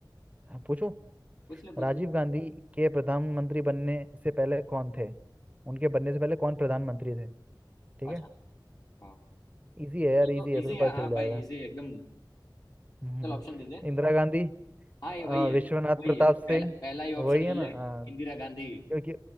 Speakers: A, on the right (about 20°); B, on the left (about 50°).
A: पूछूं
B: पूछ ले पूछ
A: राजीव
B: ले
A: गांधी के प्रधानमंत्री बनने से पहले कौन थे उनके बनने से पहले कौन प्रधानमंत्री थे ठीक
B: अच्छा
A: है
B: हाँ
A: इजी है यार
B: ये
A: इजी
B: तो
A: है
B: इजी
A: तो पता
B: है हाँ
A: चल जाएगा
B: भाई इजी है एकदम
A: हम्म,
B: चल ऑप्शन दे दे
A: इंदिरा गांधी
B: हाँ ये
A: अ,
B: वही है
A: विश्वनाथ
B: वही
A: प्रताप
B: है पहला
A: सिंह
B: पहला ही ऑप्शन
A: वही
B: ले
A: है
B: ले
A: ना अ,
B: इंदिरा गांधी
A: क्योंकि